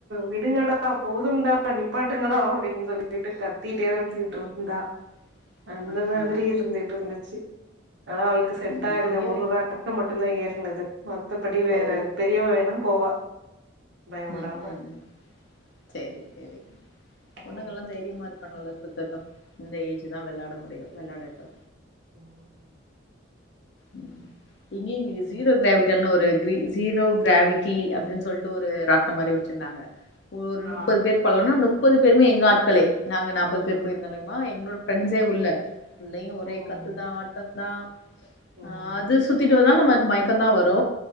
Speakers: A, on the right; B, on the left.
A: விடுங்கடா போதுன்டா நிப்பாட்டுங்கடா அப்டின்னு சொல்லி விட்டு கத்திட்டே வச்சுக்கிட்டு இருந்தா
B: <inaudible>
A: அந்த மாதிரி
B: ஆ
A: இருந்துகிட்டு இருந்துச்சு ஆ அவளுக்கு செட்
B: ம்
A: ஆகல
B: இங்கயு
A: ஒரு வாரத்க்கு மட் டுதா ஏறினது மத்தபடி வேற
B: ஓ
A: பெரியவ வேணா போவா பயப்படாம
B: ம் ம் சேரி சேரி
A: ம்
B: பொண்ணுங்கல்லா தைரியமா இருக்காங்கல்ல சுத்தட்டோ இந்த ஏஜ் தா விளாட முடியும் விளையாடட்டோ
A: உம்
B: உம் இங்கேய இங்க ஜீரோ கிராவிட்டல்னு ஒரு க ஜீரோ கிராவிட்டி அப்டின்னு சொல்ட்டு ஒரு ராட்ணம் மாரி வச்சிருந்தாங்க ஒரு
A: ஆ
B: முப்பது பேர் போல்லனா முப்பது பேருமே எங்க ஆட்களே நாங்க நா முப்பது பேர்
A: ம்
B: போயிருந்தாலயுமா எங்களோட ஃபிரெண்ட்ஸே உள்ள உள்ளயு
A: ம்
B: ஒரே கத்துதா ஆட்ட தா
A: ம்
B: ஆ அது சுத்திட்டு வந்தாலு நமக்கு மயக்கம்தா வரு